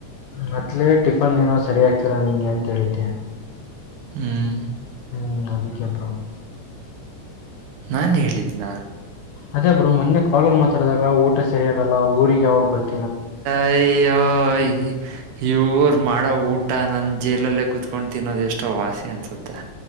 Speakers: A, on the left; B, on the right.
A: ಮತ್ತಲೇ ಟಿಫನ್ ಏನೋ ಸರಿ ಆಗ್ತಿಲ್ಲ ನಿಂಗೆ ಅಂತ ಹೇಳಿದ್ದೆ
B: ಹ್ಮ್
A: ಹ್ಮ್ ಅದಕ್ಕೆಪ
B: ನಾನ್ ಹೇಳಿದ್ನ
A: ಅದೇ ಬ್ರ ಮೊೆ ಕಳಲ್ ಮಾತಾಡಿದಾಗ ಊಟ ಸರಿಯಾಗಲ್ಲ ಊರಿಗೆ ಯಾವಾಗ್ ಬರ್ತ
B: ಐ ಯ್ ಯೂರ್ ಮಾಡಡ ಊಟ್ಟ ಊಟ ನಾನನ್ ಜೇಲಲ್ಲೇ ಕುತ್ಕೊಂಡು ತಿನ್ನೋದು ಎಷ್ಟೋ ವಾಸಿ ಅನ್ಸುತ್ತೆ